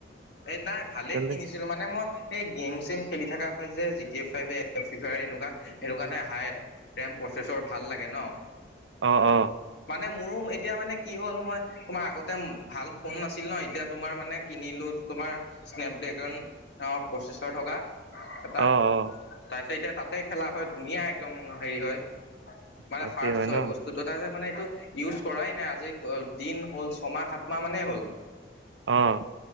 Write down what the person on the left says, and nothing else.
এই নাই ভালে
কিনিছ জিলো মানে মই সেই গেম চেম খেলি থাকা হয় যে জি টি ফাইভে এ ফ্ৰী ফায়াৰ এনেকুৱা সেইটো কাৰণে হাই দেম প্ৰচেছৰ ভাল লাগে ন।
মানে মোৰো এতিয়া মানে কি হ'ল মই তোমাৰ আগতে ভাল ফোন নাছিল ন এতিয়া তোমাৰ মানে কিনিলো তোমাৰ স্নেপ ড্ৰেগন, অ প্ৰচেছৰ থকা। এটা,
তাৰ পিছত এতিয়া তাতে খেলা হয় ধুনীয়া একদম হেৰি হয়। মানে
ফাৰ্ষ হয়
বস টোতো তাতে মানে এইটো ইউজ কৰাই নাই আজি ক দিন হ'ল ছমাহ - সাতমাহ মানেই হ'ল।